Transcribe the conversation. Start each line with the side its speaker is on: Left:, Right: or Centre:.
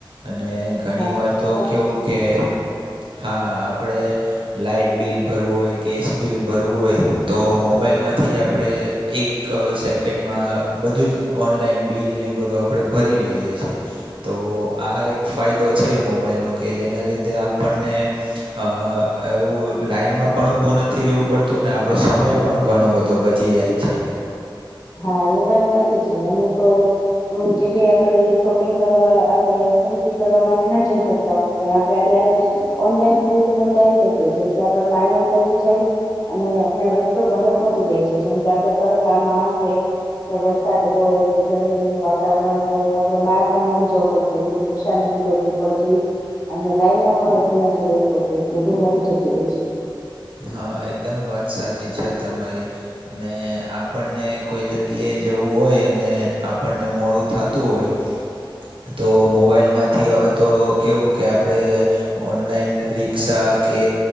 Right: અને ઘણી
Left: હા
Right: વાર તો
Left: સાચું
Right: કેવું કે હા આપણે લાઈટ બિલ ભરવું હોય, ગેસ બિલ ભરવું હોય તો મોબાઈલમાંથી જ આપણે એક એક સેકન્ડમાં બધું જ ઓનલાઈન બિલને એ બધું આપણે ભરી લઈએ છીએ. તો આ એક ફાયદો છે મોબાઈલનો કે જેના લીધે આપણને અ એવું લાઈનમાં પણ ઉભો નથી રેહવું પડતું ને આપડો સમય પણ ઘણો બધો બચી જાય છે.
Left: હા એ વાત સાચી છે અમુક અમુક જગ્યાએ આપણે શોપિંગ કરવા આપણે ખરીદી કરવા માટે ના જઈ શકતા હો પણ આપડે અત્યારે ઓનલાઈન ખરીદી પણ કરી શકીએ છે આપણે ટાઈમ બચી જાય અને આપણે વસ્તુ ઘરે પહોંચી જાય છે જેમ કે આપણે તડકામાં જઈએ. વરસાદ હોય કે ગરમીનુ વાતાવરણ હોય તો આપણે બહાર પણ નથી જવું પડતું એ રિક્ષા નથી જતી. પડતું હોય અને લાઈનમાં પણ ઊભું નથી રહેવું પડતું એ બધું મળી જતું હોય છે.
Right: હા એકદમ વાત સાચી છે તમારી અને આપણને કોઈ જગ્યાએ જવું હોય અને આપણને મોડું થતું હોય તો મોબાઈલમાંથી હવે તો કેવું કે આપણે ઓનલાઈન રિક્ષા કે